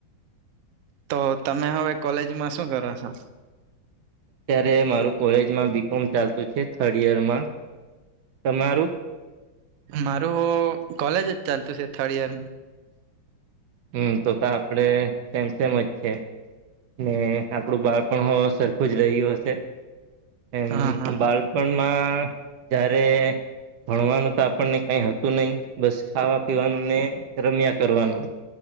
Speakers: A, on the right (about 80°); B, on the right (about 70°).
A: તો તમે હવે કોલેજમાં શું કરો સો.
B: અત્યારે મારું કોલેજમાં બી કોમ ચાલતું છે થર્ડ યરમાં તમારું?
A: મારું કોલેજ જ ચાલતું છે થર્ડ ઈયર
B: હમ તો તો આપડે સેમસેમ જ છીએ. ને આપણું બાળપણ <unintelligible> સરખું જ રહ્યું હશે એમ
A: હા હા
B: બાળ <unintelligible> માં જ્યારે ભણવાનું તો આપને કઈ હતું નહી બસ ખાવા પીવાનું ને રમ્યા કરવાનું.